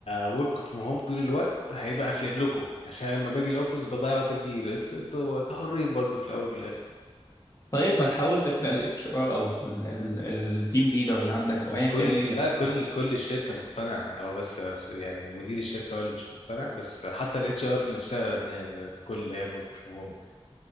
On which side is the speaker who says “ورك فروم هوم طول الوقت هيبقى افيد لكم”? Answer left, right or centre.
Left